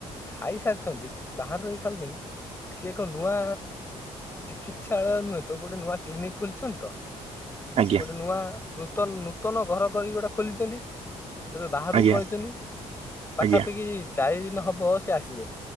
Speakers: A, on the left; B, on the right.
A: ଖାଇସାରିଛନ୍ତି ବାହାରେ ରହି ଖାଉଛନ୍ତି ସିଏ ଏକ ନୂଆ ଚିକିଛାଳୟ ନୁହେଁ ତ ଗୋଟେ ନୂଆ କ୍ଲିନିକ ଖୋଲିଛନ୍ତି ତ
B: ଆଜ୍ଞା
A: ଗୋଟେ ନୂଆ ନୂତନ୍ ନୂତନ ଘର କରିକି ଗୋଟେ ଖୋଲିଛନ୍ତି ସେବେ ବାହାରକୁ
B: ଆଜ୍ଞା
A: ପଳେଇଛନ୍ତି ପାଖାପାଖି
B: ଆଜ୍ଞା
A: ଚାରି ଦିନ ହବ ସେ ଆସିବେ।